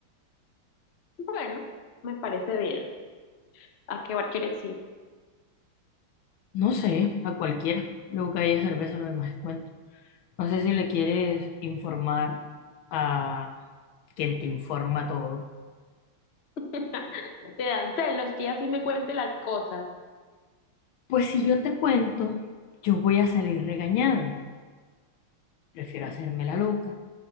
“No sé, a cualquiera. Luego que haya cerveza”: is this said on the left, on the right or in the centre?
Left